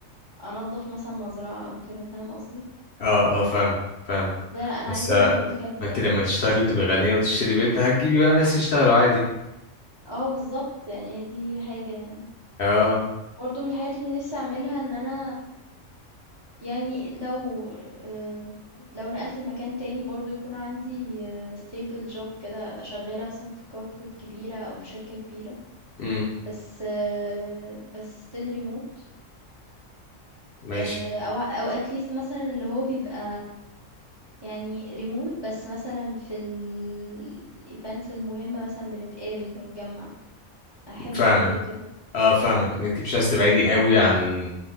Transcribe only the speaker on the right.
أنضّف مثلًا مزرعة أو كده فاهم قصدي؟
لا، لأ، أنا
عايزة
هدوء بجد
يعني،
آه بالضبط، يعني دي حاجة يعني.
برضو من الحاجات اللي نفسي اعملها ان انا يعني لو آه، لو نقلت المكان تاني برضو يكون عندي آه، stable job كده ابقى شغالة مثلا في corporate كبيرة او في شركة كبيرة
بس آه، بس still remote
آه، او او at least مثلا اللي هو بيبقى يعني remote بس مثلا في ال events المهمة مثلا بنتقابل بنتجمع احب
برضو كده